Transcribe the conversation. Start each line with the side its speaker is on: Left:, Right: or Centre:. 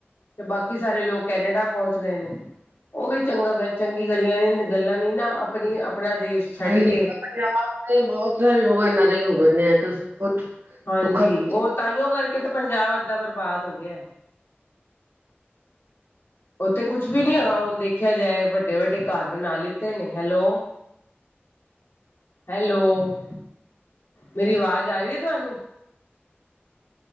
Left: ਤੇ ਬਾਕੀ ਸਾਰੇ ਲੋਕ ਕੈਨੇਡਾ ਪਹੁੰਚ ਗਏ ਨੇ। ਉਹ ਵੀ ਚੰਗਾ ਗੱਲ ਚੰਗੀ ਗੱਲੀਆਂ ਗੱਲਾਂ ਨ ਨਾ ਆਪਣੀ ਆਪਣਾ ਦੇਸ਼ ਛੱਡ
Right: ਹਾਂਜੀ
Left: ਕੇ
Right: ਪੰਜਾਬ ਦੇ ਬਹੁਤ ਸਾਰੇ ਲੋਕ ਐਨ ਆਈ ਆਰ ਹੋ ਗਏ ਨੇ ਬਹੁਤ
Left: ਹਾਂਜੀ
Right: ਦੁਖਦ
Left: ਉਹ ਤਾਈਓ ਕਰਕੇ ਤਾਂ ਪੰਜਾਬ ਅੱਧਾ ਬਰਬਾਦ ਹੋ ਗਿਆ। ਉੱਥੇ ਕੁਛ ਵੀ ਨੀ ਹੈਗਾ ਹੁਣ ਦੇਖਿਆ ਜਾਏ ਵੱਡੇ ਵੱਡੇ ਘਰ ਬਣਾ ਲਿੱਤੇ ਨੇ ਹੈਲੋ। ਹੈਲੋ ਮੇਰੀ ਆਵਾਜ਼ ਆ ਰਹੀ ਹੈ ਤੁਹਾਨੂੰ